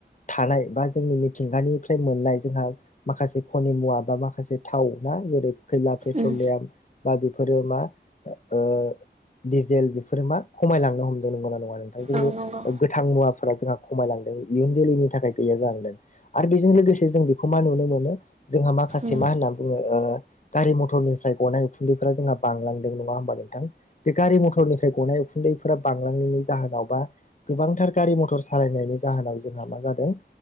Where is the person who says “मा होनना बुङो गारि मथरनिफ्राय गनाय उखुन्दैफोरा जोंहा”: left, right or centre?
Left